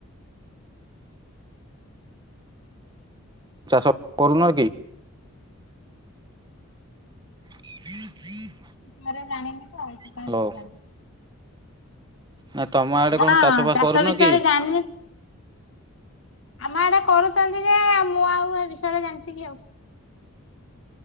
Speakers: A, on the right; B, on the left.
A: ଚାଷ କରୁନ କି? <inaudible>
B: ଘରେ ଜାଣିନି ତ ଏଇଥିପାଇଁ
A: ହାଲୋ
B: ପଚାରିଲି।
A: ହଁ ତମ ଆଡେ
B: ହଁ,
A: କଣ ବାସ
B: ଚାଷ
A: କରୁନ
B: ବିଷୟରେ
A: କି?
B: ଜାଣି ଆମ ଆଡେ କରୁଛନ୍ତି ଯେ, ମୁଁ ଆଉ ଏ ବିଷୟରେ ଜାଣିଚି କି ଆଉ?